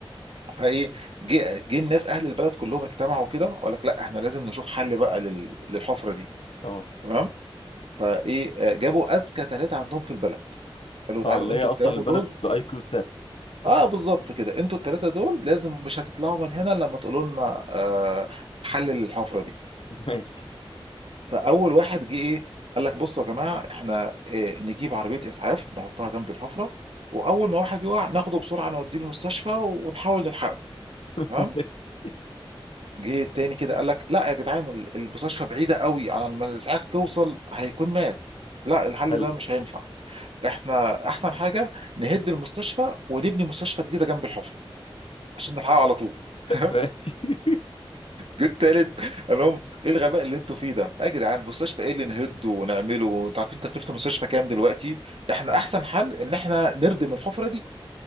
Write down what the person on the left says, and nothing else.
اه
اه اللي
هي اصلا
البلد
باي كيو سالب
ماشي
<laughs>
ماشي
حلو
ماشي <laughs>